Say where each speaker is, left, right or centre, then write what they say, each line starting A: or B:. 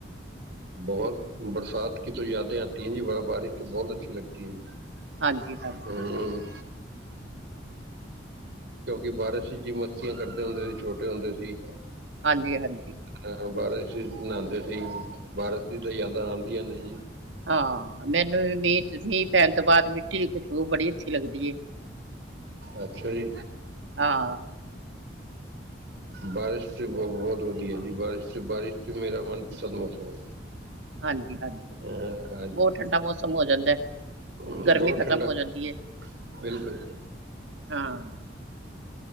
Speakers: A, on the right (about 60°); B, on the right (about 80°).
A: ਬਹੁਤ, ਬਰਸਾਤ ਕੀ ਤੋ ਯਾਦੇ ਆਤੀ ਐ ਜੀ, ਬਾਹਰ ਬਾਰਿਸ਼ ਤੋ ਬਹੁਤ ਅੱਛੀ ਲਗਦੀ ਦਿਲ
B: ਹਾਂਜੀ ਹਾਂਜੀ
A: ਹਾ ਕਿਉਂਕਿ ਬਾਰਿਸ਼ ਚ' ਜੀ ਮਸਤੀਆਂ ਕਰਦੇ ਹੁੰਦੇ ਸੀ, ਛੋਟੇ ਹੁੰਦੇ ਸੀ।
B: ਹਾਂਜੀ-ਹਾਂਜੀ
A: ਹਾਂ ਹਾਂ ਬਾਰਿਸ਼ ਇਚ ਨਾਉਂਦੇ ਸੀ, ਬਾਰਿਸ਼ ਦੀ ਤਾਂ ਯਾਦਾਂ ਆਉਂਦੀਆਂ ਨੇ ਜੀ
B: ਹਾਂ, ਮੈਨੂੰ ਵੀ ਮੀਂਹ-ਮੀਂਹ ਪੈਣ ਤੋਂ ਬਾਅਦ ਮਿੱਟੀ ਦੀ ਖੁਸ਼ਬੂ ਬੜੀ ਅੱਛੀ ਲੱਗਦੀ
A: ਅੱਛਾ ਜੀ
B: ਹਾਂ
A: ਬਾਰਿਸ਼ ਤੇ ਬ ਬਹੁਤ ਵਧੀਆ ਜੀ, ਬਾਰਿਸ਼ ਚ' ਬਾਰਿਸ਼ ਚ' ਮੇਰਾ ਮਨਪਸੰਦ ਮੌਸਮ ਹੈ ਜੀ
B: ਹਾਂਜੀ-ਹਾਂਜੀ,
A: ਅ
B: ਬਹੁਤ ਠੰਡਾ ਮੌਸਮ ਹੋ ਜਾਂਦਾ
A: ਹੂ
B: ਗਰਮੀ
A: ਬਹੁਤ
B: ਖਤਮ
A: ਠੰਡਾ ਐ,
B: ਹੋ ਜਾਂਦੀ ਹੈ
A: ਬਿਲਕੁਲ
B: ਹਾਂ